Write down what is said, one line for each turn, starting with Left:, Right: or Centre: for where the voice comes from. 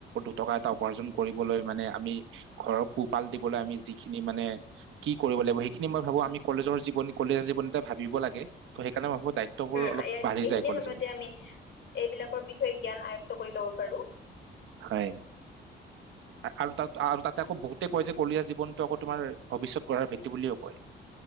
Right: দুটকা এটা উপাৰ্জন কৰিবলৈ মানে আমি ঘৰৰ পোহপাল দিবলৈ আমি যিখিনি মানে কি', কৰিব লাগিব সেইখিনি মই ভাবো আমি কলেজৰ জীৱনী কলেজৰ জীৱনী এটা ভাবিব লাগে ত', সেইকাৰণে ভাবো দায়িত্ববোৰ
Left: উম
Right: অলপ
Left: ',
Right: বাঢ়ি
Left: এইখিনি
Right: যায় কলেজৰ
Left: সময়তে আমি এইবিলাকৰ বিষয়ে জ্ঞান আয়ত্ব কৰি লব পাৰো।
Right: হয়', আৰু তাত আৰু তাতে আকৌ বহুতে কয় যে কলিয়া জীৱনটো আকৌ তোমাৰ ভৱিষ্যত গঢ়াৰ ভেটি বুলিও কয়।